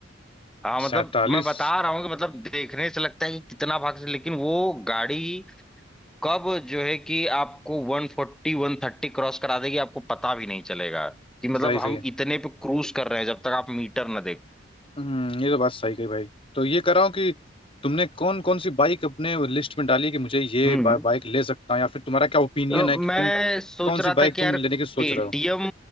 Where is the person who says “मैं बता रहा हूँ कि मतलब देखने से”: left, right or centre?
Centre